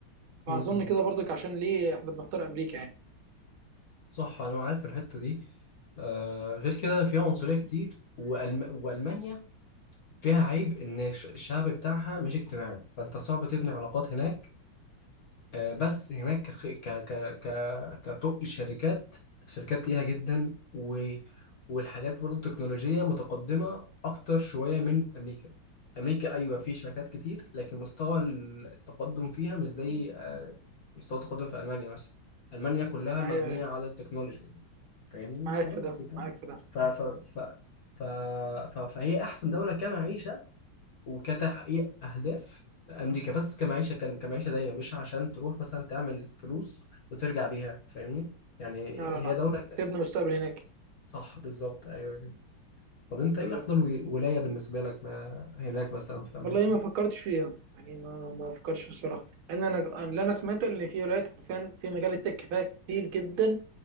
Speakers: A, on the right; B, on the left.
A: واظن
B: امم
A: كده برضك عشان ليه احنا بنختار امريكا يعني
B: صح انا معاك في الحته دي آه غير كده فيها عنصريه كتير وألم... والمانيا فيها عيب ان الش- الشعب بتاعها مش اجتماعي فانت صعب تبني علاقات هناك آه، بس هناك كخ- ك ك ك كطق شركات شركات تقيلة جدا و والحاجات برضه تكنولوجية متقدمة أكتر شوية من أمريكا أمريكا أيوة في شركات كتير لكن مستوى التقدم فيها مش زي آه، مستوى التقدم في ألمانيا مثلا ألمانيا كلها
A: ايوه
B: مبنية
A: أيوة،
B: على التكنولوجيا فاهمني
A: معاك
B: فبس
A: في ده
B: يبقى
A: معاك في ده
B: ف
A: معاك
B: ف
A: في
B: ف
A: ده.
B: ف ف فهي أحسن دولة كمعيشة وكتحقيق اهداف امريكا بس كمعيشه كان كمعيشه دايما مش عشان تروح مثلا تعمل فلوس وترجع بيها فاهمني يعني
A: لا لا لا
B: هي دوله ك-
A: تبني مستقبل هناك
B: صح بالظبط ايوه كده. طب انت
A: بالظبط
B: ايه افضل و- ولايه بالنسبه لك ما هناك مثلا في امريكا
A: والله ما فكرتش فيها يعني ما ما فكرتش الصراحه لان انا اللي انا سمعته ان في ولايات حرفيا في مجال التك فيها كتير جدا